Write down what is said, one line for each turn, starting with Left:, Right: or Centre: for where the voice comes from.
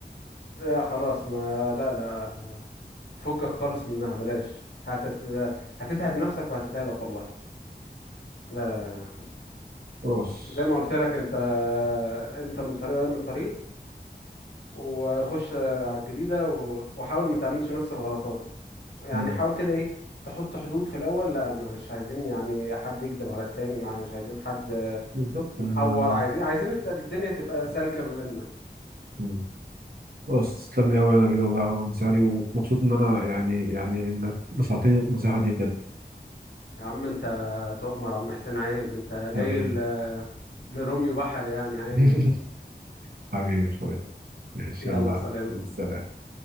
Left: لا خلاص ما لا لا فكك خالص منها بلاش هتت... هتتعب نفسك وهتتعبك والله لا لا لا.
Right: خلاص
Left: زي ما قلت لك انت انت من طريق وهي من طريق وخش على الجديدة و- وحاول ما تعملش نفس الغلطات يعني
Right: مم.
Left: حاول كده ايه تحط حدود في الاول لا مش عايزين يعني حد يكذب على التاني مع مش عايزين حد
Right: بالظبط
Left: يتعور
Right: انا
Left: عايزين عايزين الت- الدنيا تبقى سالكة ما بيننا
Right: مم. خلاص تسلم لي قوي يا نبيل والله على النصيحه دي ومبسوط ان انا يعني يعني انك نصحتني النصيحه دي بجد
Left: يا عم انت تؤمر يا عم حسين عيب انت
Right: حبيبي
Left: جاي ل- لروميو بحر يعني عيب
Right: <laughs>
Left: <laughs>
Right: حبيبي يا اخويا ماشي
Left: يلا
Right: يلا
Left: سلام
Right: سلام